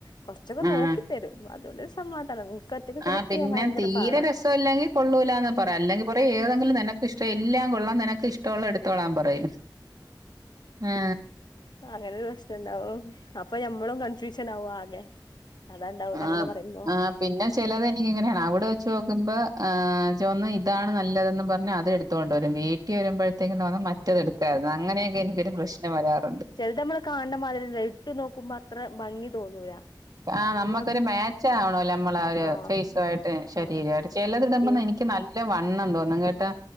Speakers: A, on the left; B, on the right.
A: കുറച്ചൊക്കെ
B: ആഹ്
A: നോക്കി തരും അതോ ഒരു സമാധാനം ഒറ്റക്ക് സെലക്ട്
B: ആ പിന്നെ
A: ചെയ്യാൻ ഭയങ്കര
B: തീരെ
A: പാടാ
B: രസല്ലെങ്കിൽ കൊള്ളൂലന്ന്
A: ഉം
B: പറയാം അല്ലെങ്കിൽ പറ ഏതെങ്കിലും
A: ഉം
B: തന്നെ ഇഷ്ടം എല്ലാം കൊള്ളാൻ നിനക്ക് ഇഷ്ടമുള്ള എടുത്തോളാൻ പറയും ആ
A: അങ്ങനെ ഒരു പ്രശണ്ടാവും അപ്പൊ ഞമ്മളും കൺഫ്യൂഷൻ ആവും ആകെ അതാണ്ടാവല
B: ആഹ്
A: അങ്ങനെ പറയുമ്പം
B: ആഹ് പിന്നെ ചെലത് എനിക്കിങ്ങനെയാണ് അവിടെ വെച്ച് നോക്കുമ്പോഹ് ചന്ന് ഇതാണ് നല്ലതെന്ന് പറഞ്ഞ് അത് എടുത്ത് ഇത്ത കൊണ്ട് വരും വീട്ടിൽ വരുമ്പോഴത്തേക്കും തോന്ന മറ്റത് എടുക്കായിരുന്നു അങ്ങനെയൊക്ക എനൊരു പ്രശ്ന വരാറുണ്ട്
A: ചിലത് നമ്മൾ കാണ് ണ മാതിരില്ല ഇട്ടു നോക്കുമ്പോ അത്ര ഭംഗി തോന്നൂല
B: ആഹ
A: പിന്നെ
B: നമ്മുക്കൊരു
A: അമ്മ
B: മാച്ച് ആവണോല്ലോ നമ്മള ഒരു
A: ആഹ്
B: ഫേസു ആയിട്ട് ശരീരമായിട്ട്
A: ആഹ്
B: ചിലതിടുമ്പോ
A: പിന്നെ
B: എനിക്ക് എനിക്ക് നല്ല വണ്ണം തോന്നും കേട്ടോ